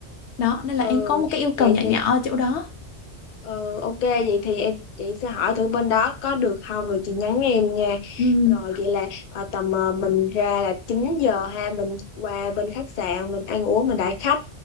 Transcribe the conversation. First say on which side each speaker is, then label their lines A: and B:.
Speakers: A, on the left; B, on the left.
A: đó nên là
B: ừ.
A: em có một cái yêu
B: vậy
A: cầu nhỏ
B: thì
A: nhỏ ở chỗ đó
B: Ờ, ok vậy thì em chị sẽ hỏi thử bên đó có được không rồi chị nhắn em nha
A: ừ.
B: rồi vậy là ờ, tầm ờ, mình ra là 9 giờ ha mình qua bên khách sạn mình ăn uống mình đãi khách